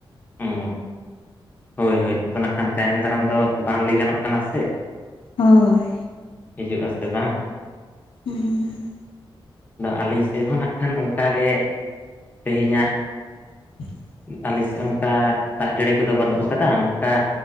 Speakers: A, on the left; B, on the left.
A: ᱚ ᱦᱳᱭ ᱦᱳᱭ ᱟᱫᱚ ᱱᱟᱜ ᱠᱷᱟᱱ ᱛᱟᱭᱚᱢ ᱫᱟᱨᱟᱢ ᱫᱚ ᱵᱟᱝ ᱞᱟᱹᱭ ᱜᱟᱱᱚᱜ ᱠᱟᱱᱟ ᱥᱮ
B: ᱦᱳᱭ ᱾
A: ᱦᱤᱡᱩᱜ ᱟᱥᱮ ᱵᱟᱝ ᱾
B: ᱦᱩᱸ ᱾
A: ᱟᱫᱚ ᱟᱹᱞᱤᱧ ᱥᱮᱫ ᱦᱚᱸ ᱱᱟᱜᱼᱠᱷᱟᱱ ᱚᱱᱠᱟᱜᱮ ᱛᱮᱦᱮᱧᱟᱜ ᱾
B: <unintelligible>
A: ᱟᱞᱮ ᱥᱮᱫ ᱦᱚᱸ ᱚᱱᱠᱟ ᱫᱟᱜ ᱡᱟᱹᱲᱤ ᱠᱚᱫᱚ ᱵᱟᱹᱱᱩᱜ ᱟᱠᱟᱫᱟ, ᱚᱱᱠᱟ